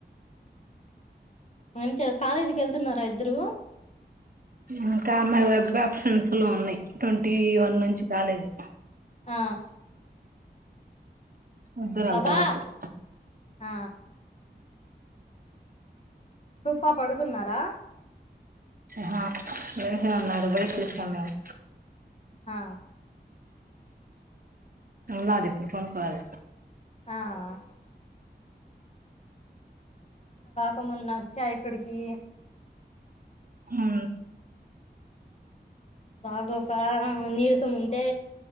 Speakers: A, on the left; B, on the right.
A: మంచిగా కాలేజీకి వెళ్తున్నారా ఇద్దరు
B: ఇంకా మారి వెబ్ ఆప్షన్స్లు ఉన్నాయి ట్వంటీ వన్ నుంచి కాలేజీ
A: ఆ
B: ఇద్దరు
A: బాబా
B: వెళ్తారు అప్పుడు
A: ఆ సోఫా పడుకున్నారా
B: హా బయట ఉన్నాడు బయట కు వచ్చాము మేము
A: ఆ
B: ఉన్నాడు ఇప్పుడు కొనుక్కోవాలి
A: ఆఆ కాక మొన్న వచ్చా ఇక్కడికి
B: హూ
A: బాగోక నీరసం ఉంటే